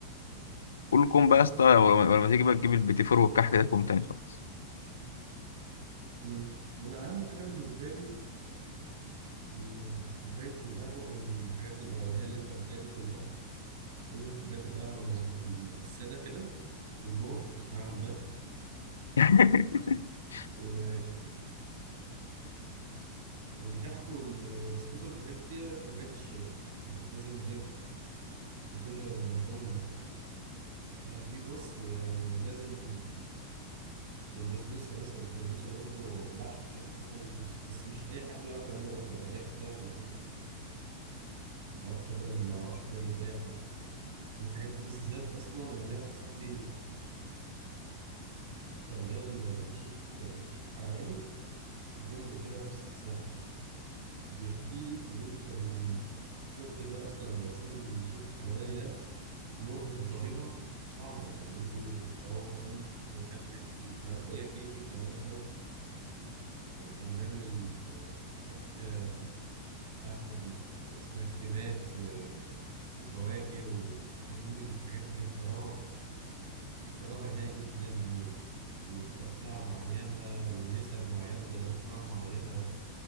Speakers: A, on the left (about 65°); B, on the right (about 50°).
A: كلكم بقى يا اسطى ولما تيجي بقى تجيب البيتي فور والكحك ده كوم تاني خالص
B: مم. انا اهم حاجه بالنسبه لي ال- كوبايه القهوه جنب الحاجات الاولانيه اللي انت قلتها دي كلها لازم كوبايه القهوه المظبوط ال- الساده كده جنبهم عشان اعمل دايت
A: <laughs>
B: و... والكحك والبسكوت والحاجات دي كوبايه الشاي لازم ايه لكل مقام مقام آه، في بص يعني لازم والبسبوسه بس البسبوسه برضه ما بعشقش حاجه اسمها بسبوسه بس مش اي حد بيعرف يعملها برضه او اي حد يعرف يظبطها ما اعرفش اكلها من ما اعرفش اكلها من ايد اي حد الحاجات دي بالذات اصلا انا ليا واحد صاحبي شغال شيف شيف حلواني في فندق كده في الساحل بيحكي لي بيقول لي كان الشغل ده اصلا او شغل الشيف الحلواني ده مرهق بطريقه صعبه يقول لي ده هو كمان ما كانش بيعمل حلويات ايه كتير كمان قوي كان بيعمل آه، حاجات آه، بتاع- اسمها كريمات آه، وفواكه وحاجات بيقول لي الحاجات دي اختراها اضطراب عناية جدا و... وتقطيعة معينة ونسب معينة ودرجات حرارة معينة